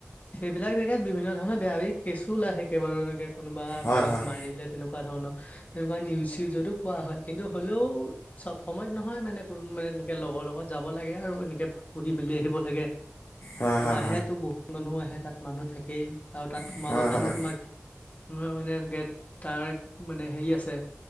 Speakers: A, on the left; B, on the left.
A: সেইবিলাক দেখা বিভিন্ন ধৰণৰ বেয়া কেচো ওলাই থাকে, বাৰু এনেকে কোনোবা
B: হয়
A: কাৰোবাক
B: হয়
A: মাৰিলে, তেনেকুৱা ধৰণৰ তেনেকুৱা নিউজউ যতো পোৱা হয়, কিন্তু হ'লেও চব সময়ত নহয় মানে, কোনো মানে এনেকে লগৰ লগত যাব লাগে আৰু, এনেকে ফুৰি মেলি আহিব লাগে
B: হয়
A: আৰু
B: হয়
A: আহেতো, বহুত মানুহো আহে তাত মানুহ থাকেই, আৰু তাত
B: হয়
A: সোমাবৰ কাৰণেও তোমাক মানে, এনেকে তাৰ মানে, হেৰি আছে